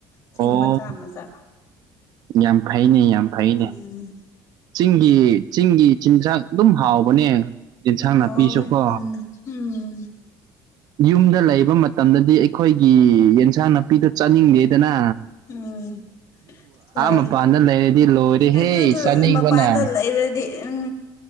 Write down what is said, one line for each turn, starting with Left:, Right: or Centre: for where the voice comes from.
Left: ꯆꯤꯡ
Right: ꯑꯣ
Left: ꯃꯆꯥ ꯃꯆꯥ
Right: ꯌꯥꯝ ꯐꯩꯅꯦ ꯌꯥꯝ ꯐꯩꯅꯦ
Left: ꯎꯝ
Right: ꯆꯤꯡꯒꯤ ꯆꯤꯡꯒꯤ ꯆꯤꯟꯖꯥꯛ ꯑꯗꯨꯝ ꯍꯥꯎꯕꯅꯦ ꯏꯟꯁꯥꯡ ꯅꯥꯄꯤꯁꯨꯀꯣ
Left: ꯍꯥꯎꯋꯦ ꯎꯝ ꯎꯝ
Right: ꯌꯨꯝꯗ ꯂꯩꯕ ꯃꯇꯝꯗꯗꯤ ꯑꯩꯈꯣꯏꯒꯤ ꯌ‌ꯦꯟꯁꯥꯡ ꯅꯥꯄꯤꯗꯣ ꯆꯠꯅꯤꯡꯗꯦꯗꯅ
Left: ꯎꯝ ꯍꯣꯏ
Right: ꯃꯄꯥꯟꯗ ꯂꯩꯔꯗꯤ ꯂꯣꯏꯔꯦꯍꯦ
Left: ꯑꯗꯨꯗꯨ
Right: ꯆꯥꯅꯤꯡꯕꯅ
Left: ꯃꯄꯥꯟꯗ ꯂꯩꯔꯗꯤ ꯑꯪ